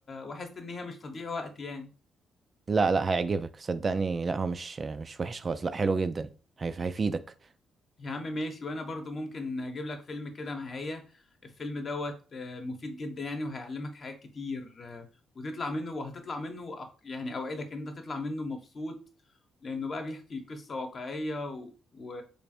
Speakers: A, on the left (about 45°); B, on the right (about 30°).
A: واحس ان هي مش تضييع وقت يعني
B: لا لا هيعجبك صدقني لا هو مش مش وحش خالص لا حلو جدا هيف- هيفيدك
A: يا عم ماشي وانا برضو ممكن اجيب لك فيلم كده معايا الفيلم دوت آه، مفيد جدا يعني وهيعلمك حاجات كتير آه، وتطلع منه وهتطلع منه أق- يعني اوعدك ان انت تطلع منه مبسوط لانه بقى بيحكي قصة واقعية و... و...